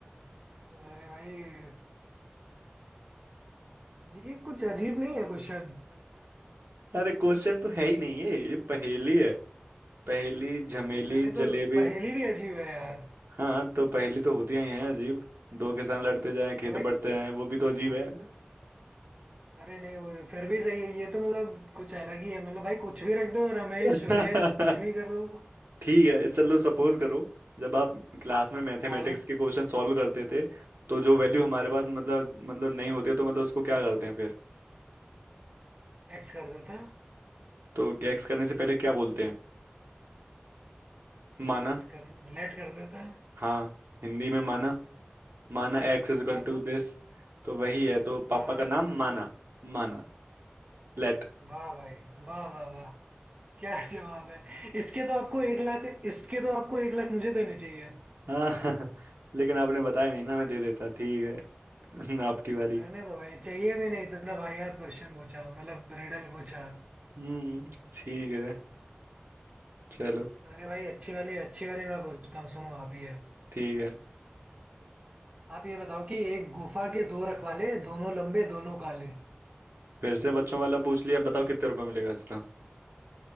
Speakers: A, on the right; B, on the right.
A: अरे भाई ये कुछ अजीब नहीं है क्वेश्चन
B: अरे क्वेश्चन तो है ही नहीं है ये पहेली है पहेली झमेली
A: अरे तो
B: जलेबी
A: पहेली भी अजीब है यार
B: हाँ तो पहेली तो होती ही हैं अजीब दो किसान लड़ते जाएं खेत
A: अरे भाई
B: बढ़ते जाएं वो भी तो अजीब
A: को
B: है
A: अरे नहीं वो फिर भी सही है ये तो मतलब कुछ अलग ही है मतलब भाई कुछ भी रख दो रमेश
B: <laughs>
A: सुरेश कुछ भी कर दो
B: ठीक है चलो सपोज करो जब आप क्लास में मैथमेटिक्स
A: हाँ
B: के क्वेश्चन सॉल्व करते थे तो जो वैल्यू हमारे पास मतलब मतलब नहीं होती है तो मतलब उसको क्या करते हैं फिर
A: एक्स कर देता
B: तो एक्स करने से पहले क्या बोलते हैं माना
A: एक्स कर लेट कर देता
B: हाँ हिंदी में माना माना x is equal
A: हाँ तो
B: to this तो वही है तो पापा
A: हाँ हाँ
B: का नाम माना माना लेट
A: वाह भाई वाह वाह वाह क्या जवाब है इसके तो आपको एक लाख इसके तो आपको एक लाख मुझे देने चाहिए
B: हाँ लेकिन आपने बताया नहीं ना मैं दे देता ठीक है आपकी बारी
A: रहने दो भाई चाहिए भी नहीं इतना वाहियात क्वेश्चन पूछा मतलब रिडल पूछा
B: हम्म ठीक है चलो
A: अरे भाई अच्छी वाली अच्छी वाली मैं पूछता हूँ सुनो आप ये
B: ठीक है
A: आप ये बताओ कि एक गुफा के दो रखवाले दोनों लंबे दोनों काले
B: फिर से बच्चों वाला पूछ लिया बताओ कितने रुपए मिलेगा इसका